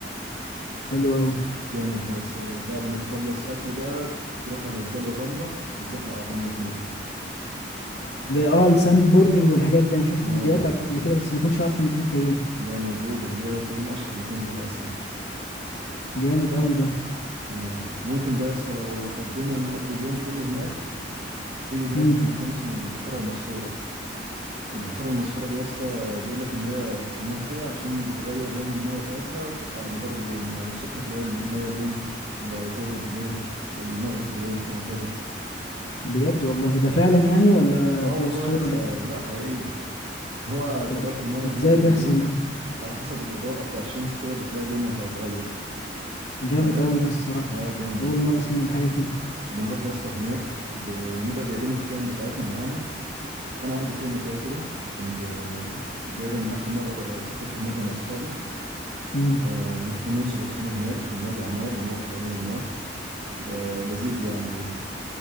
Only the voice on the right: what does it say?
جامد ده يا اسطى وبعد ما تخلص اكل بقى تروح على جبال الرمله تتزحلق على الرمله هناك
اه
لا موجوده هي الفيوم اشهر مكان ليها اصلا
اه ممكن بقى يا اسطى لو حبينا نقضي اليوم كله هناك في هناك
مكان اسمه البحيرة المسحورة البحيرة المسحورة دي يا اسطى بيقول لك ان هي سموها كده علشان بتغير لون المية بتاعتها على مدار اليوم يعني الصبح تلاقي المية لون الظهر بلون المغرب بلون وهكذا
اه
والله
يا اسطى
لا حقيقية هو
طبيعة المية
هناك
يعني ايه
على حسب الإضاءة بتاع الشمس كده بتلاقي لونها اتغير
لا لا
اه جامدة
بنروح يا اسطى هناك بنبقى جايبين الخيم بتاعتنا معانا انا عندي خيمة كده كده كنت آه، جايبها من اخر مرة آه، سافرت هناك انا واصحابي
آه، هننصب الخيمة هناك ونولع نار ونقعد حوالين النار يبقى لذيذ يعني اليوم